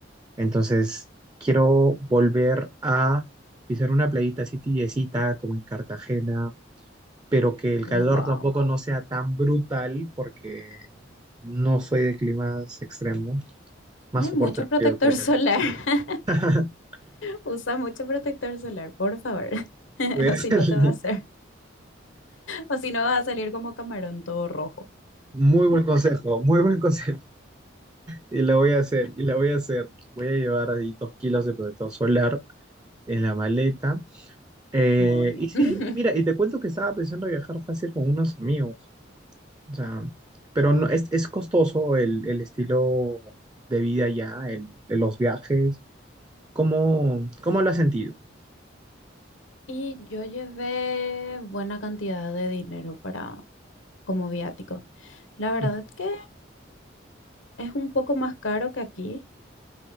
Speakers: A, on the right; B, on the left.
A: entonces quiero volver a pisar una playita así tibiecita como en Cartagena, pero que el
B: Wow.
A: calor tampoco no sea tan brutal porque no soy de climas extremos, más
B: Hay
A: soporto
B: mucho
A: el
B: protector
A: frío que el calor.
B: solar. <laughs>
A: <laughs>
B: Usa mucho protector solar, por favor. <laughs>
A: Voy a hacer
B: O si no te
A: li-
B: va a hacer. O si no, vas a salir como camarón todo rojo.
A: muy buen consejo, muy buen consejo. Y la voy a hacer, y la voy a hacer. Voy a llevar ahí dos kilos de protector solar en la maleta Eh,
B: Muy
A: y sí,
B: bien.
A: y mira,
B: <laughs>
A: y te cuento que estaba pensando viajar fácil con unos amigos, o sea, pero no, es, es costoso el, el estilo de vida ya, el, los viajes, ¿cómo, cómo lo has sentido?
B: Y yo llevé buena cantidad de dinero para como viático. La verdad
A: Ujú.
B: que es un poco más caro que aquí,